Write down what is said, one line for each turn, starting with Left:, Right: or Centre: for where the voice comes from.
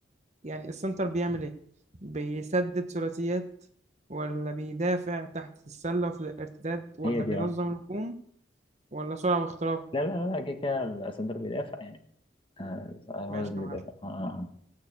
Right: يعني السنتر بيعمل ايه بيسدد ثلاثيات ولا بيدافع تحت السلة وفي الارتداد ولا
Left: هي دي
Right: بينظم
Left: اه
Right: الهجوم ولا سرعة واختراق
Left: لا لا لا كده كده السنتر بيدافع يعني آه هو
Right: ماشي
Left: اللي
Right: يا معلم
Left: بيدافع آه. آه، آه.